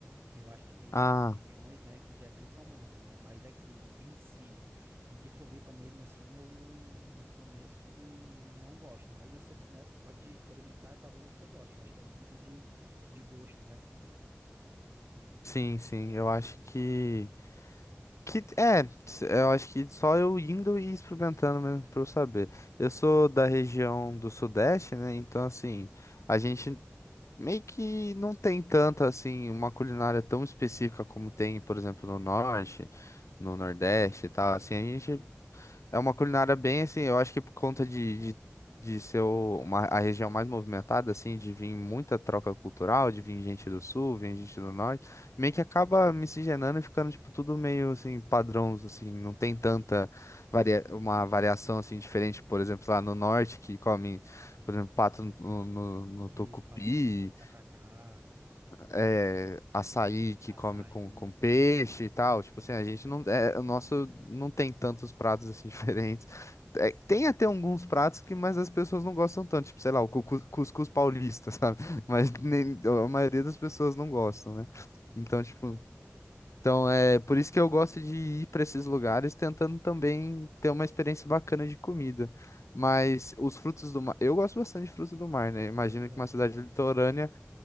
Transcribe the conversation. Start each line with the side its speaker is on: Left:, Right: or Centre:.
Right: eu acho que tem em
Left: Ah,
Right: várias regiões, né? Que já é bem famoso, né? Mas aqui em si, de Floripa mesmo assim, eu não, eu não conheço e não gosto. Mas você, né? Pode experimentar, e talvez você goste. Eu acho que é muito de, de gosto, né?
Left: sim, sim, eu acho que... que é, s- eu acho que só eu indo e experimentando mesmo pra eu saber. Eu sou da região do Sudeste, né, então, assim, a gente Meio que não tem tanta, assim, uma culinária tão específica como tem, por exemplo, no Norte, no Nordeste e tal. Assim, a gente é uma culinária bem, assim, eu acho que por conta de, de, de ser o- uma, a região mais movimentada, assim, de vir muita troca cultural, de vir
Right: Sim.
Left: gente do Sul, vir gente do Norte, meio que acaba miscigenando e ficando, tipo, tudo meio, assim, padrões, assim, não tem tanta varia uma variação, assim, diferente, por exemplo, lá no Norte, que come, por exemplo, pato no, no no
Right: Isso,
Left: tucupi,
Right: patucupi, tacacá,
Left: é, açaí que
Right: açaí,
Left: come com, com peixe e tal. Tipo assim, a gente não. É, o nosso não tem tantos pratos assim <laughs> diferentes. É,
Right: sim.
Left: tem até alguns pratos que, mas as pessoas não gostam tanto. Tipo, sei lá, o cucu- cuscuz paulista, <laughs> sabe? Mas nem,
Right: Hum,
Left: a maioria das pessoas não gostam, né?
Right: sim.
Left: Então, tipo. Então,
Right: É,
Left: é por isso que eu gosto de ir para esses lugares tentando também ter uma experiência bacana de comida. Mas os frutos do mar, eu gosto bastante de frutos do mar, né? Imagino
Right: pois é.
Left: que uma cidade litorânea